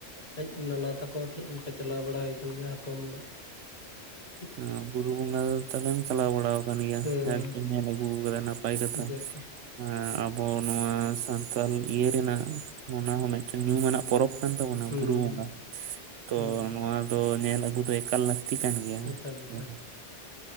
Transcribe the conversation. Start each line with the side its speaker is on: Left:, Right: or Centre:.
Left: ᱟᱡ ᱱᱟᱱᱟ ᱛᱟᱠᱚ ᱴᱷᱮᱜ ᱚᱱᱠᱟ ᱪᱟᱞᱟᱣ ᱵᱟᱲᱟ ᱦᱩᱭ ᱠᱟᱱ ᱜᱮᱭᱟ ᱦᱟᱛᱚᱢ ᱚᱲᱟᱜ, <inaudible>
Right: ᱦᱚᱸ ᱵᱩᱨᱩ ᱵᱚᱸᱜᱟ ᱫᱚ ᱛᱟᱦᱞᱮᱢ ᱪᱟᱞᱟᱣ ᱵᱟᱲᱟ ᱠᱟᱱ ᱜᱮᱭᱟ
Left: ᱦᱩᱸ
Right: ᱡᱟᱜ ᱜᱮᱢ ᱧᱮᱞ ᱟᱹᱜᱩ ᱠᱟᱫᱟ ᱱᱟᱯᱟᱭ ᱠᱟᱛᱷᱟ,
Left: ᱡᱟᱠ
Right: ᱮᱸ ᱟᱵᱚ ᱱᱚᱣᱟ ᱥᱟᱱᱛᱟᱞ ᱤᱭᱟᱹ ᱨᱮᱱᱟᱜ ᱚᱱᱟ ᱦᱚᱸ ᱢᱤᱫᱴᱮᱱ ᱧᱩᱢᱟᱱᱟᱜ ᱯᱚᱨᱚᱵᱽ, ᱠᱟᱱ ᱛᱟᱵᱚᱱᱟ
Left: ᱦᱩᱸ
Right: ᱵᱩᱨᱩ ᱵᱚᱸᱜᱟ ᱛᱚ
Left: ᱦᱩᱸ
Right: ᱱᱚᱣᱟ ᱫᱚ ᱧᱮᱞ ᱟᱹᱜᱩ ᱫᱚ ᱮᱠᱟᱞ ᱞᱟᱹᱠᱛᱤ ᱠᱟᱱ,
Left: ᱮᱠᱟᱞ ᱮᱠ
Right: ᱦᱚᱸ